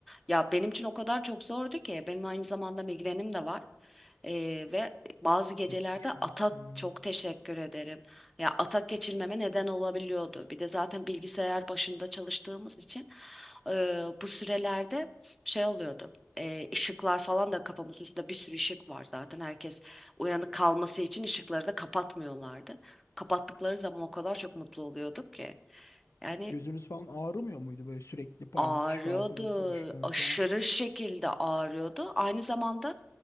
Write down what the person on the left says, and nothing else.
Geçmiş
olsun.
Gözünüz falan ağrımıyor muydu böyle sürekli parlak
ışık altında çalıştığınız
zaman?